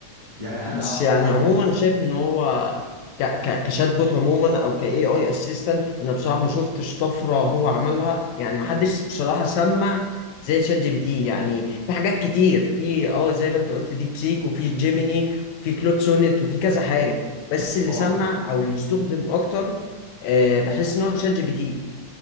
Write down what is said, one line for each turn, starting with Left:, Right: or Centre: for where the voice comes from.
Right: يعني انا
Left: بس
Right: أقعد
Left: يعني عموما أنا شايف ان هو ك ك كشات بوت عموما او ك اي اي اسيستنت انا بصراحه ما شفتش طفره هو عملها يعني ما حدش بصراحه سمع زي شات جي بي تي يعني في حاجات كتير في اه زي ما انت قلت ديب سيك وفي جيميني في كلود سونيت وفي كذا حاجه بس اللي
Right: او
Left: سمع
Right: أكر...
Left: او اللي استخدم اكتر آه بحس ان هو شات جي بي تي